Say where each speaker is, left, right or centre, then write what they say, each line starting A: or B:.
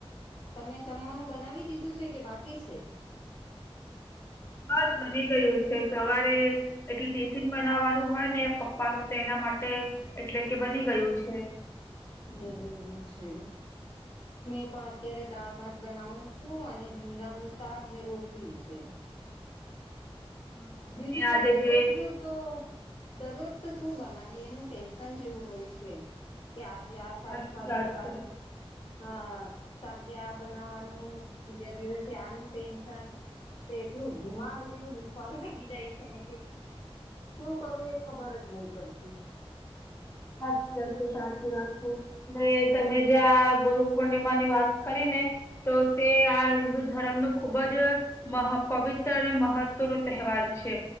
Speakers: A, on the left; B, on the left.
A: તમે જમવાનું બનાવી દીધું છે કે બાકી છે?
B: બસ બની ગયું છે સવારે એટલે ટિફિન બનાવવાનું હોય ને પપ્પાનું તો એના માટે એટલે કે બની ગયું છે
A: હા એ એવું છે મેં પણ અત્યારે દાળ ભાત બનાવું છું અને ભીંડાનું શાક ને રોટલી છે
B: હા અને
A: બીજું તો
B: આજે
A: દરરોજનું
B: જે
A: તો દરરોજ તો શું બનાવીએ એનું ટેન્શન જેવું હોય છે કે આજે આ શાક
B: સાચી
A: ખાદુ
B: વાત
A: કાલ
B: છે
A: હા સાંજે આ બનાવવાનું બીજા દિવસે આનું ટેન્શન તો એટલું દિમાગ જેવું દુખવા લાગી જાય છેને કે શું કરવું એ ખબર જ નહી પડતી
B: સાચી વાત છે સાચી વાત છે ને તમે જે આ ગુરુ પૂર્ણિમા ની વાત કરી ને તો તે આ હિન્દુ ધર્મ નો ખુબ જ મહા પવિત્ર અને મહત્વનો તહેવાર છે